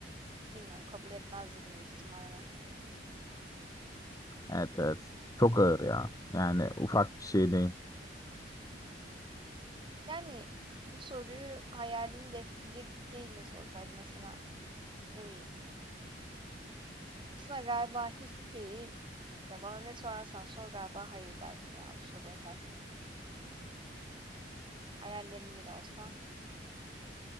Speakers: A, on the right; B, on the left.
A: bilmiyorum kabul etmezdim büyük ihtimalle.
B: Evet evet. Çok ağır ya. Yani ufak bir şey değil.
A: Yani bu soruyu hayalimi besleyecek bir şeyle sorsaydım mesela ne bileyim. Aslında galiba hiçbir şeyi ya bana ne sorarsan sor galiba hayır derdim ya bu soruya karşılık. Hayallerim bile olsa.